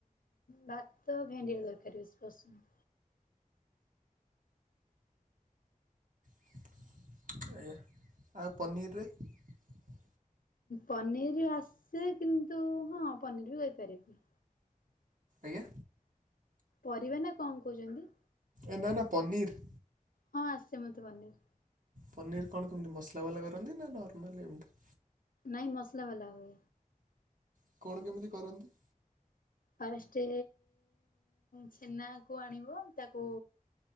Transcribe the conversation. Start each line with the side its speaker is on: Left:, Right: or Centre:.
Left: ଭାତ ଭେଣ୍ଡି ତରକିରି ପସନ୍ଦ।
Right: <unintelligible> <unintelligible>
Left: ପନିରି ଆସେ କିନ୍ତୁ ହ ପନିର ବି କରିପାରିବି।
Right: ଆଜ୍ଞା।
Left: ପରିବା ନା କଣ କହୁଛନ୍ତି।
Right: ଏ ନା ନା ପନିରି।
Left: ହଁ ଆସେ ମୋତେ ପନିର।
Right: ପନିର୍ କଣ କେମିତି ମସଲା ବାଲା କରନ୍ତି ନା ନର୍ମାଲ ଏମିତି।
Left: ନାଇଁ ମସଲା ବାଲା ହୁଏ।
Right: <unintelligible> କଣ କେମିତି କରନ୍ତି?
Left: ଫାଷ୍ଟେ ଛେନା କୁ ଆଣିବ ତାକୁ।